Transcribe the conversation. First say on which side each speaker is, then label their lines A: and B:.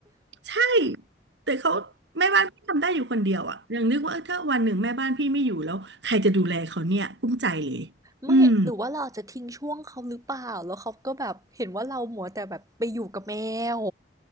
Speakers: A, on the right; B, on the right.
A: ใช่แต่เขาแม่บ้านพี่ทำได้อยู่คนเดียวอะยังนึกว่าเออถ้าวันหนึ่งแม่บ้านพี่ไม่อยู่แล้วใครจะดูแลเขาเนี่ยกุ้มใจเลยอืม
B: ไม่หรือว่าเราอาจจะทิ้งช่วงเขาหรือเปล่า แล้วเขาก็แบบเห็นว่าเรามัวแต่แบบไปอยู่กับแมว